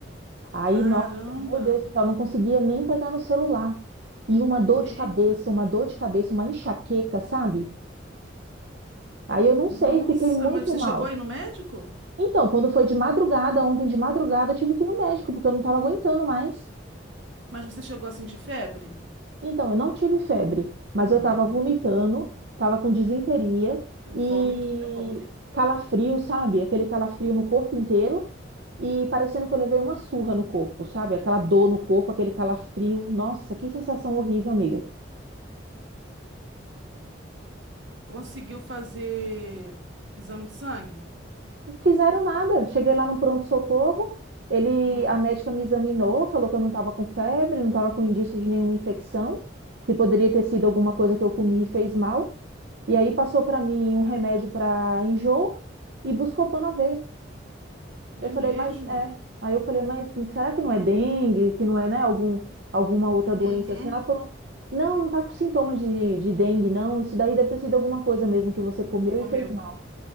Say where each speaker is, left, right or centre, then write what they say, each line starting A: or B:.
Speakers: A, on the right; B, on the right.
A: Aí,
B: Caramba.
A: nossa, meu Deus do céu, eu não conseguia nem pegar no celular. E uma dor
B: Eita.
A: de cabeça, uma dor de cabeça, uma enxaqueca, sabe? Aí eu não
B: Nossa,
A: sei, fiquei muito
B: mas você
A: mal.
B: chegou aí no médico?
A: Então, quando foi de madrugada, ontem de madrugada, eu tive que ir no médico, porque eu não estava aguentando mais.
B: Mas você chegou a sentir febre?
A: Então, eu não tive febre, mas
B: Ah,
A: eu estava vomitando,
B: tá.
A: estava com disenteria e
B: Vômito é bom, né?
A: calafrio, sabe? Aquele calafrio no corpo inteiro e parecendo que eu levei uma surra no corpo, sabe? Aquela dor no corpo, aquele calafrio. Nossa, que sensação horrível, amiga.
B: Conseguiu fazer exame de sangue?
A: Não Fizeram nada. Cheguei lá no pronto-socorro, ele,
B: Hum.
A: a médica me examinou, falou que eu não estava com febre, não estava com indício de nenhuma infecção, que poderia ter sido alguma coisa que eu comi e fez mal. E aí passou para mim um remédio para enjoo e Buscopan na veia.
B: É
A: Eu falei,
B: mesmo?
A: mas é. Aí eu falei, mas será que não é dengue, que não é, né, algum, alguma outra doença
B: Uhum.
A: assim? Ela falou, não, não tá com sintoma de, de dengue, não. Isso daí deve ter sido alguma coisa mesmo que você
B: Que
A: comeu
B: você comeu.
A: e fez mal.